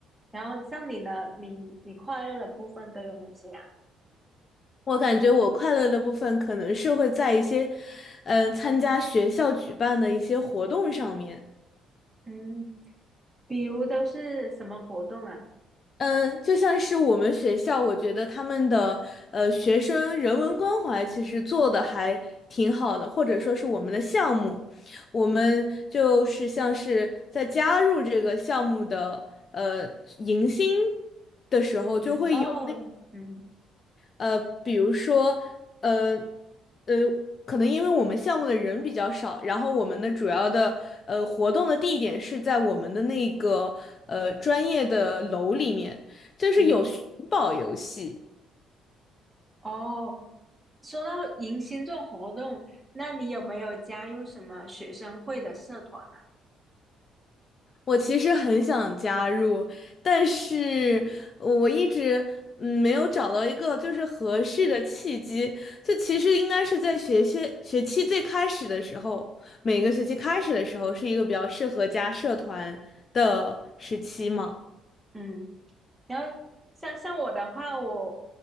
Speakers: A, in the centre; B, on the left (about 35°).
A: 然后像你呢，你你快乐的部分都有哪些啊？
B: 我感觉我快乐的部分可能是会在一些，呃，参加学校举办的一些活动上面。
A: 嗯，比如都是什么活动啊？
B: 嗯，就像是我们学校，我觉得他们的呃学生人文关怀其实做的还挺好的，或者说是我们的项目，我们就是像是在加入这个项目的呃迎新的时候，就会有那。
A: 嗯，哦，嗯
B: 呃，比如说，呃，呃，可能因为我们项目的人比较少，然后我们的主要的呃活动的地点是在我们的那个呃专业的楼里面，就是有寻宝游戏。
A: 嗯。哦，说到迎新这种活动，那你有没有加入什么学生会的社团呢、
B: 我其实很想加入，但是我一直嗯没有找到一个就是合适的契机。就其实应该是在学期学期最开始的时候，每个学期开始的时候是一个比较适合加社团的时期嘛。
A: 嗯。然后像像我的话，我